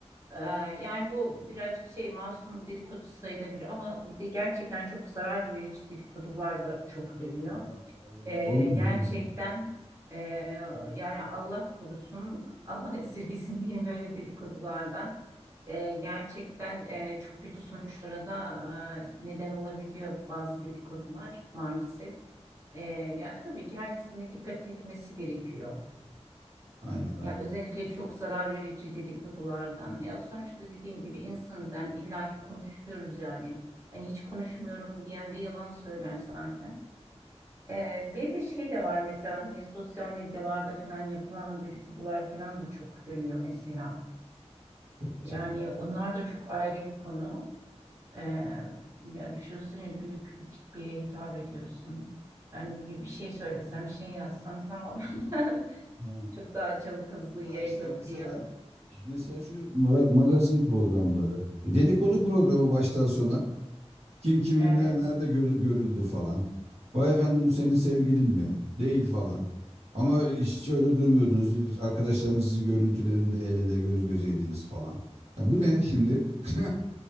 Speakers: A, on the right; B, on the right.
A: Ee, yani bu birazcık şey masum dedikodu sayılabilir ama bir de gerçekten çok zarar verici dedikodular da çok
B: Tabii
A: dönüyor.
B: tabii. Daha sonra böyle
A: Ee,
B: Onlar
A: gerçekten
B: zaten.
A: ee, yani Allah korusun, <laughs> Allah esirgesin diye böyle dedikodulardan Ee, gerçekten ee, çok kötü sonuçlara da ee, neden olabiliyor bazı dedikodular maalesef. Ee, yani tabii ki herkesin de dikkat etmesi gerekiyor.
B: Aynen aynen.
A: Ya özellikle çok zarar verici dedikodulardan. Ya sonuçta dediğim gibi insanız yani illaki konuşuyoruz yani. Hani hiç konuşmuyorum diyen de yalan söyler zaten. Ee, bir de şey de var mesela hani sosyal medyalarda falan yapılan dedikodular falan da çok dönüyor mesela.
B: Tabii
A: Yani
B: tabii.
A: onlar da çok ayrı bir konu. Ee, ya düşünsene büyük bir kitleye hitap ediyorsun. Yani bir, bir şey söylesen, bir şey yazsan tamam. <laughs>
B: Ha,
A: Çok daha çabuk hızlı
B: ha
A: yayılabiliyor.
B: işte mesela Mesela şu ma- magazin programları, E, dedikodu programı baştan sona kim kiminle
A: Evet.
B: nerede gö- görüldü falan. Vay efendim bu senin sevgilin mi? Değil falan. Ama hiç öyle durmuyordunuz. Hiç Arkadaşlarımız sizi görüntülerinde el ele göz gözeydiniz falan. Ya bu ne şimdi? <laughs>